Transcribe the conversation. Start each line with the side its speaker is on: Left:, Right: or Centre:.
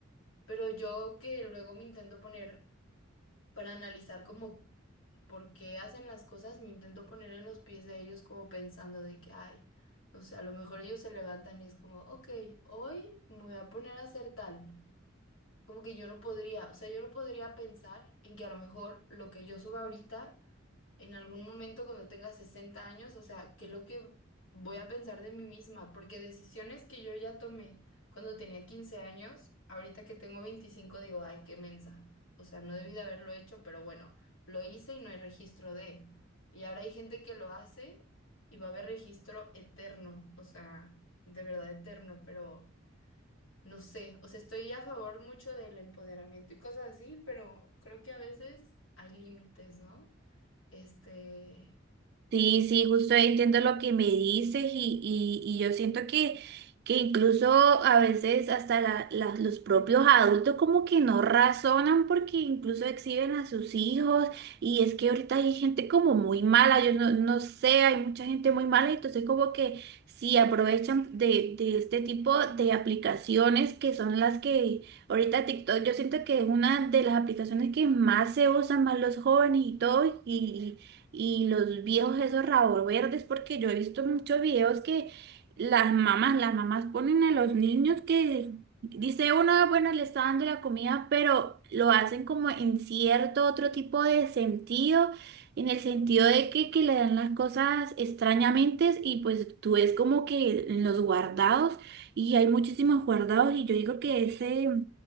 Left: pero yo que luego me intento poner para analizar como por qué hacen las cosas, me intento poner en los pies de ellos como pensando de que, ay, no sé, a lo mejor ellos se levantan y es como, ok, hoy me voy a poner a hacer tal como que yo no podría, o sea, yo no podría pensar en que a lo mejor lo que yo suba ahorita, en algún momento cuando tenga 60 años, o sea, qué es lo que voy a pensar de mí misma, porque decisiones que yo ya tomé cuando tenía 15 años, ahorita que tengo 25 digo, ay, qué mensa, o sea, no debí de haberlo hecho, pero bueno, lo hice y no hay registro de. Y ahora hay gente que lo hace y va a haber registro eterno, o sea, de verdad eterno, pero... No sé, o sea, estoy a favor mucho del empoderamiento y cosas así, pero creo que a veces hay límites, ¿no? Este,
Right: Sí, sí, justo ahí entiendo lo que me dices y, y, y yo siento que, que incluso a veces hasta la- la- los propios adultos como que no razonan porque incluso exhiben a sus hijos y es que ahorita hay gente como muy mala, yo no, no sé, hay mucha gente muy mala, entonces como que sí aprovechan de, de este tipo de aplicaciones que son las que ahorita TikTok yo siento que es una de las aplicaciones que más se usan más los jóvenes y todo y y los viejos esos rabos verdes, porque yo he visto muchos videos que las mamás, las mamás ponen a los niños que dice uno, bueno, le está dando la comida, pero lo hacen como en cierto otro tipo de sentido, en el sentido de que, que le dan las cosas extrañamente y pues tú es como que en los guardados y hay muchísimos guardados y yo digo que ese...